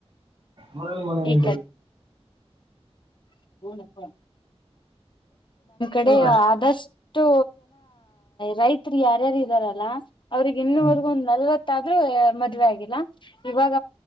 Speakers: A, on the right; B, on the left.
A: ಮೊದಲು ಮನೆ
B: ಈ ಕಡೆ ಅಡೆಯ
A: ಅಷ್ಟೇ
B: ಆದಷ್ಟು ರೈತ್ರಿ ಯಾರ್ಯಾರು ಇದ್ದಾರಲ್ಲ ಅವ್ರಿಗೆ ಇನ್ನವರೆಗ
A: ಹ್ಮ್
B: ಒಂದಂದು ನಲ್ವತ್ತು ಆದ್ರೂ ಮದುವೆ ಆಗಿಲ್ಲ ಇವಾಗ